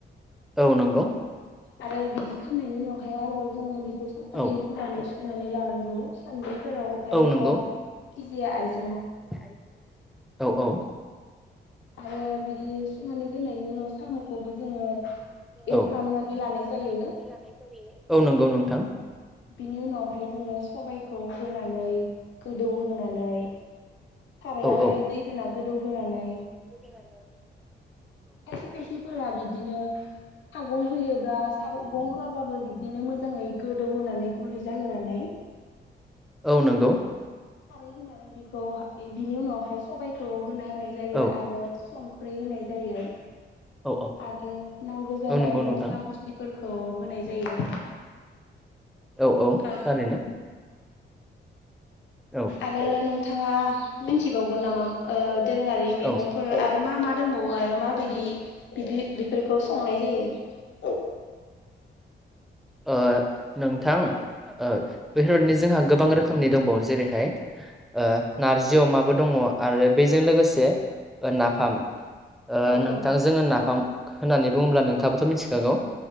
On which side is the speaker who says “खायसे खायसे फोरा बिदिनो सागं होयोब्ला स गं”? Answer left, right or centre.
Left